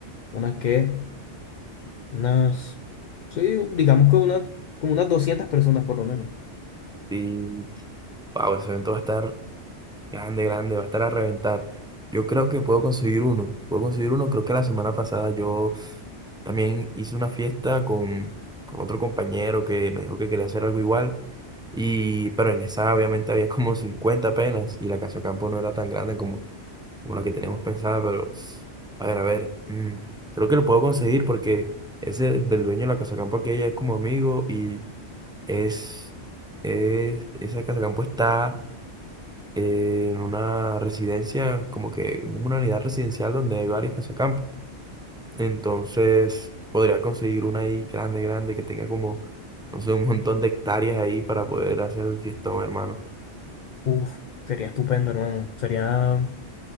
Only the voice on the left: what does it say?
unas que, unas, sí, digamos que una, como unas 200 personas por lo menos.
Uf, sería estupendo, hermano. Sería,